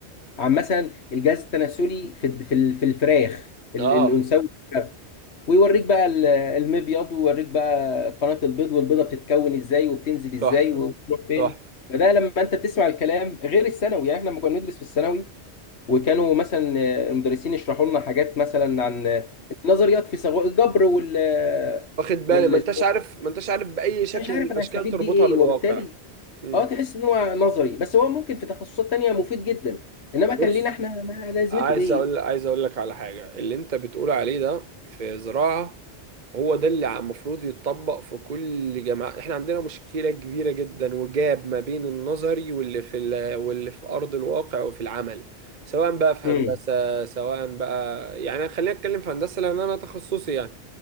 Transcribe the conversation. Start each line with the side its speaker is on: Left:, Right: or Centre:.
Left: عن مثلا الجهاز التناسلي في الد- في ال- في الفراخ ال-
Right: اه
Left: الانثوي ويوريك بقى ال- المبيض ويوريك بقى قناة البيض والبيضة بتتكون ازاي وبتنزل ازاي
Right: تحفة
Left: وبتروح فين
Right: تحفة
Left: فده لما انت بتسمع الكلام غير الثانوي يعني احنا لما كنا ندرس في الثانوي وكانوا مثلا آه، المدرسين يشرحوا لنا حاجات مثلا عن آه، نظريات في ثغو- الجبر وال آه،
Right: واخد بالي
Left: وال
Right: ما انتش عارف ما انتش عارف باي شكل
Left: انا مش عارف
Right: من الاشكال
Left: انا هستفيد
Right: تربطها
Left: بيه ايه
Right: بالواقع
Left: وبالتالي
Right: مم.
Left: اه تحس ان هو نظري بس هو ممكن في تخصصات تانية مفيد جدا انما كان
Right: بص
Left: لينا احنا ما لازمته
Right: عايز
Left: ايه
Right: اقول عايز اقول لك على حاجه اللي انت بتقول عليه ده في زراعه هو ده اللي المفروض يتطبق في كل جامعه احنا عندنا مشكله كبيره جدا وجاب ما بين النظري واللي في ال... واللي في ارض الواقع وفي العمل سواء بقى في
Left: امم
Right: هندسه سواء بقى يعني خلينا نتكلم في هندسه لان انا تخصصي يعني